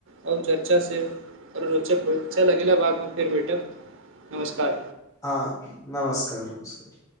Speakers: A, on the right; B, on the left.
A: चर्चा सेर लगेला बाद में फेर बैठब नमस्कार
B: हँ नमस्कार नमस्कार।